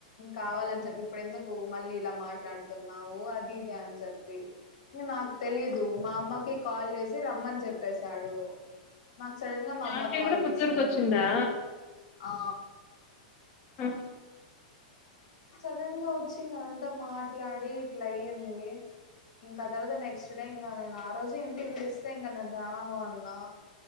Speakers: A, on the left; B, on the left.
A: కావాలని చెప్పి ఇప్పుడు ఎందుకు మళ్ళీ ఇలా మాట్లాడుతున్నావు అది ఇది అని అన్ చెప్పి ఇంకా నాక్ తెలీదు మా అమ్మకి కాల్ చేసి రమ్మన్ చెప్పేశాడు నాకు సడన్ గా మా అమ్మ
B: ఆంటీ
A: కాల్
B: కూడా పుత్తూరుకి
A: చేసింది
B: వచ్చిందా
A: ఆ
B: ఉ
A: సడన్ గా వచ్చి ఇంకా అదంతా మాట్లాడి ఇట్లయ్యింది ఇంకా తర్వాత నెక్స్ట్ డే ఇంకా నేను ఆ రోజు ఇంటికి పిలిస్తే ఇంకా నేను రాను అన్నా